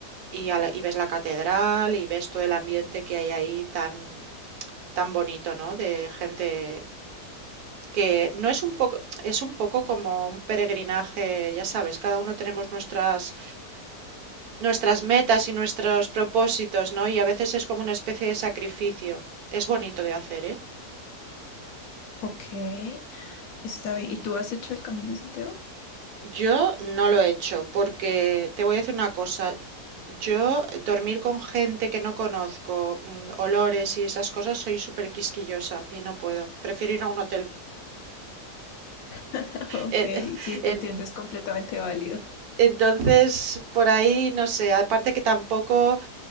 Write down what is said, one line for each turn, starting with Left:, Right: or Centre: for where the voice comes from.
Right: y, a la- y ves la catedral y ves todo el ambiente que hay ahí tan, tan bonito, ¿no? De gente que no es un poco, es un poco como un peregrinaje, ya sabes, cada uno tenemos nuestras, nuestras metas y nuestros propósitos, ¿no? Y a veces es como una especie de sacrificio. Es bonito de hacer, ¿eh?
Left: ok. Está bien. ¿Y tú has hecho el Camino de Santiago?
Right: Yo no lo he hecho porque te voy a decir una cosa, yo dormir con gente que no conozco, mm, olores y esas cosas, soy súper quisquillosa y no puedo, prefiero ir a un hotel.
Left: <laughs> Ok,
Right: Eh, <laughs>
Left: sí,
Right: en-
Left: te entiendo, es completamente válido.
Right: entonces, por ahí, no sé, aparte que tampoco,